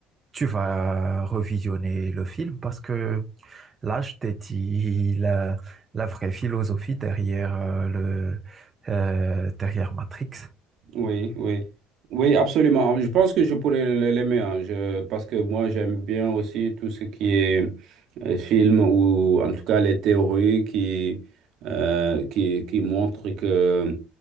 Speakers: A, on the right; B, on the right.
A: tu vas revisionner le film parce que là, je t'ai dit la, la vraie philosophie derrière euh, le, euh, derrière Matrix.
B: Oui, oui. Oui, absolument. Je pense que je pourrais le- l'aimer, hein. Je, parce que moi, j'aime bien aussi tout ce qui est euh, film ou en tout cas les théories qui, euh, qui, qui montrent que